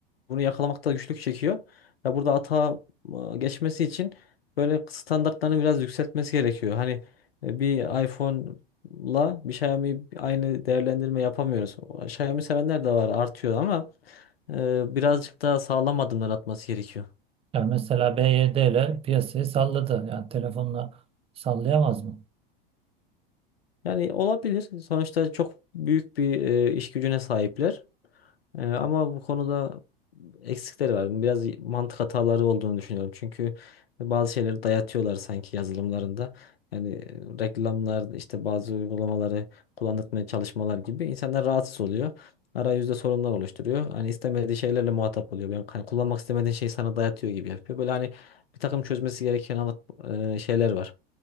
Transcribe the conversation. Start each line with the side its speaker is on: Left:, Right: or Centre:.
Left: bunu yakalamakta güçlük çekiyor. Ya burada ata e, geçmesi için böyle standartlarını biraz yükseltmesi gerekiyor. Hani e, bir iPhone'la bir Xiaomi aynı değerlendirme yapamıyoruz. O Xiaomi sevenler de var artıyor ama e, birazcık daha sağlam adımlar atması gerekiyor.
Right: Yani mesela B Y D ile piyasayı salladı. Yani telefonla sallayamaz mı?
Left: Yani olabilir. Sonuçta çok büyük bir e, iş gücüne sahipler. E, ama bu konuda eksikleri var. Biraz mantık hataları olduğunu düşünüyorum. Çünkü bazı şeyleri dayatıyorlar sanki yazılımlarında. Yani e, reklamlar işte bazı uygulamaları kullandırmaya çalışmalar gibi insanlar rahatsız oluyor. Arayüzde sorunlar oluşturuyor. Hani istemediği şeylerle muhatap oluyor. yani hani kullanmak istemediğin şeyi sana dayatıyor gibi yapıyor. Böyle hani bir takım çözmesi gereken anlat- e, şeyler var.